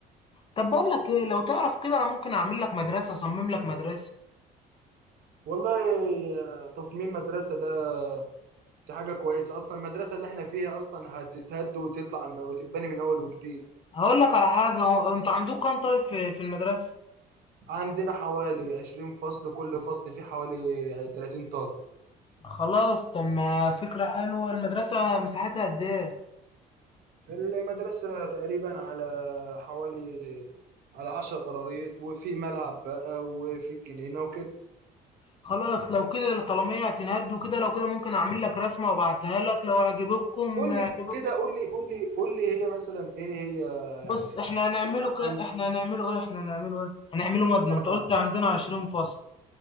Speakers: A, on the left; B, on the right.
A: طب بقول لك ايه لو تعرف كده انا ممكن اعمل لك مدرسه اصمم لك مدرسه
B: والله آه، تصميم مدرسة ده دي حاجة كويسة أصلا المدرسة اللي احنا فيها أصلا هتتهد وتطلع م- وتتبني من أول وجديد
A: هقول لك على حاجه هو انتوا عندكم كام طالب في في المدرسه
B: عندنا حوالي 20 فصل كل فصل فيه حوالي 30 طالب
A: خلاص طب ما فكره حلوه المدرسه مساحتها قد ايه
B: المدرسة تقريبا على حوالي على عشر قراريط وفي ملعب بقى وفي جنينة وكده
A: خلاص لو كده الطلبيه هتنهدوا كده لو كده ممكن اعمل لك رسمه وابعتها لك لو عجبتكم
B: قول
A: عجبتكم
B: لي كده قول لي قول لي قول لي هي مثلا ايه هي
A: بص
B: يعني
A: احنا هنعمله
B: قول لي
A: ك...
B: عن
A: احنا هنعمله ايه احنا هنعمله ايه هنعمله مبنى
B: اه
A: انت قلت عندنا 20 فصل